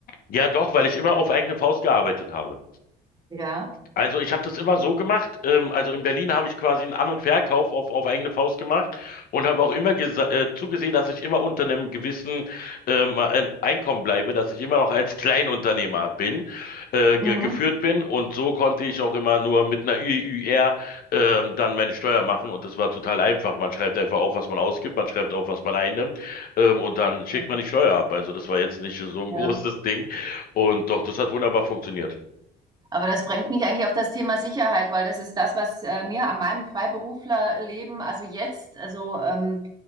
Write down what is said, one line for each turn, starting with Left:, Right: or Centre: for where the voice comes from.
Left: Ja, doch, weil ich immer auf eigene Faust gearbeitet habe.
Right: Ja.
Left: Also ich habe das immer so gemacht. Ähm, also in Berlin habe ich quasi einen An- und Verkauf auf, auf eigene Faust gemacht und habe auch immer gesa- äh, zugesehen, dass ich immer unter einem gewissen ähm, ein Einkommen bleibe, dass ich immer noch als Kleinunternehmer bin, äh, ge
Right: Mhm.
Left: geführt bin. Und so konnte ich auch immer nur mit einer ÜÜR ähm, dann meine Steuer machen. Und das war total einfach. Man schreibt einfach auf, was man ausgibt, man schreibt auf, was man einnimmt ähm, und dann schickt
Right: Ja,
Left: man die Steuer ab. Also das war jetzt nicht so ein
Right: ja.
Left: <laughs> großes Ding. Und doch, das hat wunderbar funktioniert.
Right: Aber das bringt mich eigentlich auf das Thema Sicherheit, weil das ist das, was äh, mir an meinem Freiberuflerleben, also jetzt, also ähm,